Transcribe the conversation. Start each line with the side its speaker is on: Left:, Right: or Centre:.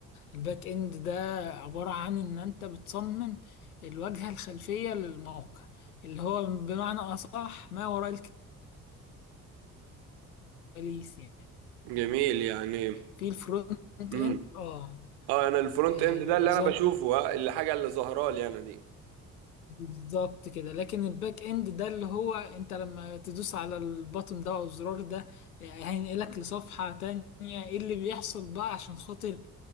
Left: الباك إند ده عبارة عن إن أنت بتصمم الواجهة الخلفية للموقع اللي هو بمعنى أصح ما وراء الكواليس يعني
Right: جميل يعني
Left: في الفرونت
Right: امم
Left: إند اه
Right: اه انا الفرونت
Left: آه،
Right: اند
Left: بيبقى
Right: ده اللي
Left: ظاهر
Right: انا بشوفه آه، اللي حاجه اللي ظاهره لي انا دي
Left: بالظبط كده لكن الباك اند ده اللي هو انت لما تدوس على البطن ده او الزرار ده هينقلك لصفحة تانية ايه اللي بيحصل بقى عشان خاطر